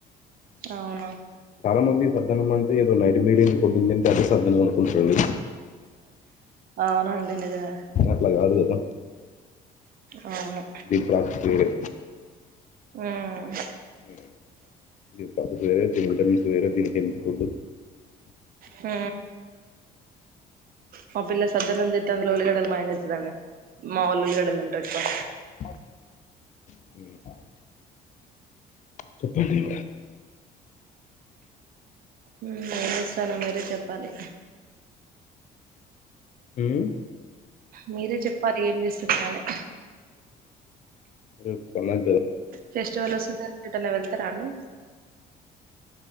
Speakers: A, on the right; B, on the left.
A: అవునా
B: చాలా మంది సద్దనం అంటే ఏదో నైట్ మీగిలింది పొద్దున తింటే అదే సద్దనం అనుకుంటురండి
A: అవునండి నిజమే
B: అట్లా కాదు కదా
A: అవును
B: దీని ప్రసెస్ వేరే
A: ఉమ్
B: ఉమ్ దీని ప్రసెస్ వేరే దీని విటమిన్స్ వేరే దీని హెల్త్ ఫుడ్
A: హ మా పిల్ల సద్దనం చెతె్ అందులో ఉల్లిగడలు మాయం చెత్తది ఆమె మా వాళ్ళు ఉల్లగడ్డలు తింటారేక్కువ
B: అ చెప్పండి ఇంకా
A: ఉమ్ ఎం చేస్తాల్లో మీరే చెప్పాలి
B: హు మ్
A: మీరే చెప్పాలి ఏం చేస్తున్నరో
B: ర్ పెళ్ళాం
A: ఫెస్టివల్ వస్తుంది ఏటైనా వెళ్తారా అండి